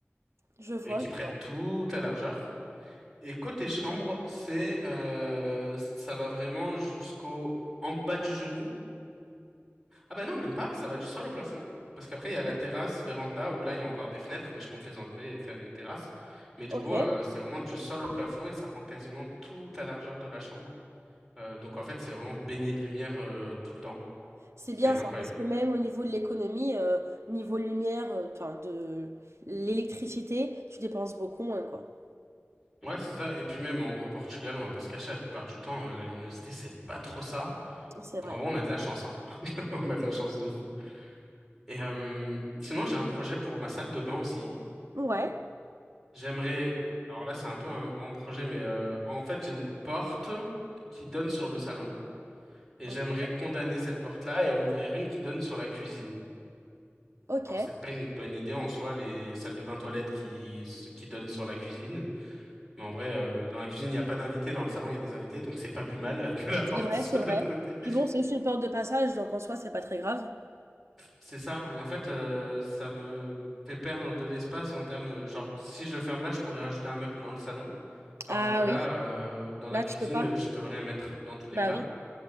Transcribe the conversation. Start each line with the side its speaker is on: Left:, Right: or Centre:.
Right: Je vois,
Centre: et qui
Right: je
Centre: prennent
Right: vois.
Centre: toute la largeur. Et côté chambre, c'est euh, ça va vraiment jusqu'au en bas du genou. Ah bah non, même pas, ça va du sol au plafond. Parce qu'après, il y a la terrasse, véranda, où là, il y a encore des fenêtres, mais je compte les enlever et faire une terrasse. Mais du
Right: Ok.
Centre: coup, euh, c'est vraiment du sol au plafond et ça prend quasiment toute la largeur de la chambre. Euh, donc en fait, c'est vraiment baigné de lumière euh, tout le temps.
Right: C'est
Centre: C'est
Right: bien
Centre: incroyable.
Right: ça, parce que même au niveau de l'économie, euh, niveau lumière, euh, enfin de l'électricité, tu dépenses beaucoup moins, quoi.
Centre: Ouais, c'est ça. Et puis même, en gros, au Portugal, on va pas se cacher, la plupart du temps, euh, la luminosité, c'est pas trop ça.
Right: C'est
Centre: Donc
Right: vrai.
Centre: en vrai, on a de la chance, hein. <laughs> On a de la chance de fou. Et euh, sinon, j'ai un projet pour ma salle de bain aussi.
Right: Ouais,
Centre: J'aimerais, alors là, c'est un peu un grand projet, mais euh, en fait, j'ai une porte qui donne sur le salon et
Right: ok.
Centre: j'aimerais condamner cette porte-là et en ouvrir une qui donne sur la cuisine.
Right: Ok,
Centre: Alors, c'est pas une bonne idée en soi, les salles de bain toilettes qui, qui donnent sur la cuisine. Mais en vrai, euh, dans la cuisine, il n'y a pas d'invités, dans le salon, il y a des invités, donc c'est pas plus mal <laughs> que la porte
Right: c'est vrai,
Centre: soit
Right: c'est
Centre: de
Right: vrai.
Centre: l'autre côté.
Right: Puis bon, c'est juste une porte de passage, donc en soi, c'est pas très grave.
Centre: C'est ça. Et en fait, euh, ça me fait perdre de l'espace en termes, genre, si je le ferme là, je pourrais rajouter un meuble dans le salon. Alors
Right: Ah
Centre: que là,
Right: oui,
Centre: euh, dans la
Right: là,
Centre: cuisine,
Right: tu peux pas.
Centre: euh, je peux rien mettre dans tous les
Right: Bah
Centre: cas.
Right: oui.